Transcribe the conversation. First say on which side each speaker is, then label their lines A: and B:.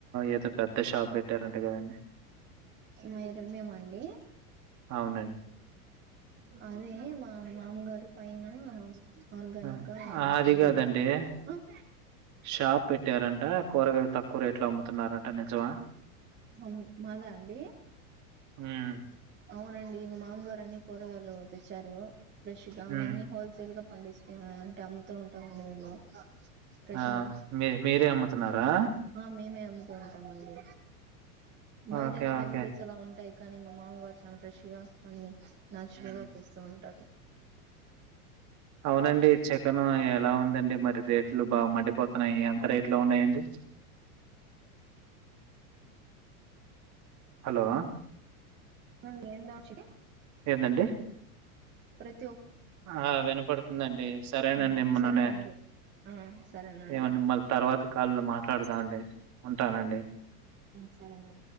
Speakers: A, on the right; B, on the right.
A: ఏదో పెద్ద షాప్ పెట్టారంట కదండి?
B: నేరమేం అండి
A: అవునండి.
B: అదే మా మామగారు పైన ఆర్గానిక్గా
A: ఆ! అహా! అది
B: పంటలే
A: కాదండి
B: మ్మ్
A: షాప్ పెట్టారంట కూరగాయలు తక్కువ రేట్లు అమ్ తున్నారంట నిజమా
B: హమ్ మాదా అండి
A: హ్మ్.
B: అవునండి మామగారు అని కూరగాయలు తెచ్చారు ఫ్రెష్ గా
A: హ్మ్.
B: అవన్నీ హోల్ సేల్గా పండిస్తిమ అంటే అమ్ముతూ ఉంటామండి మేము ఫ్రెష్గా
A: ఆ! మీ మీరే అమ్ముతున్నారా?
B: ఆ మేమే అమ్ముతూ ఉంటామండి బయటనా
A: ఓకే.
B: కెమికల్స్
A: ఓకే.
B: అలా ఉం టాయ్ కానీ మా మామ గారు చానా ఫ్రెష్ గా అన్నీ నాచురల్
A: హ్మ్.
B: గా తెస్తూ ఉంటారు
A: అవునండి చికెన్ ఎలా ఉందండి మరి రేట్లు బా మండి పోతున్నాయి ఎంత రేట్ లో ఉన్నాయండి హలో
B: నేనో చెప్
A: ఏందండి
B: ప్రత
A: ఆ వినపడుతుందండి సరేనండి
B: మ్
A: మిమ్మల్నే
B: సరేనండి ఆ సరేనండి
A: ఏమ మిమ్మల్ని తర్వాత కాల్లో మాట్లాడుదామండి ఉంటానండి
B: సరేనండి